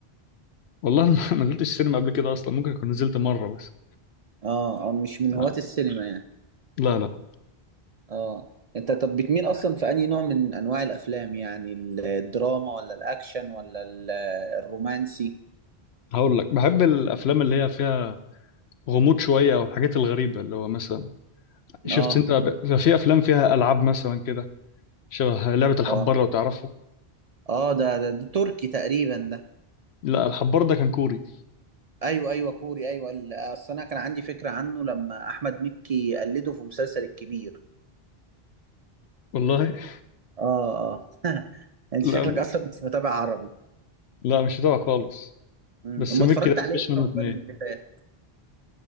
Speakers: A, on the left; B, on the right.
A: والله ما <laughs> ما نزلتش السينما قبل كده اصلا ممكن اكون نزلت مره بس
B: اه اه مش من
A: لا
B: هواة السينما يعني
A: لا لا
B: اه انت طب بتميل اصلا في انهي نوع من انواع الافلام يعني الدراما ولا الاكشن ولا ال- الرومانسي
A: هقول لك بحب الافلام اللي هي فيها غموض شويه او الحاجات الغريبه اللي هو مثلا شفت
B: اه
A: انت ب- بيبقى في افلام فيها العاب مثلا كده شبه لعبه الحبار
B: اه
A: لو تعرفه
B: اه ده, ده ده تركي تقريبا ده
A: لا الحبار ده كان كوري
B: ايوه ايوه كوري ايوه ال- اصل انا كان عندي فكره عنه لما احمد مكي قلده في مسلسل الكبير
A: والله <laughs>
B: اه اه <laughs> انت
A: لا
B: شكلك اصلا مش متابع عربي
A: لا مش بتاعه خالص
B: امم
A: بس
B: أما
A: ميكي
B: اتفرجت
A: ده
B: عليه
A: مفيش
B: في
A: منه
B: رمضان
A: اتنين
B: اللي فات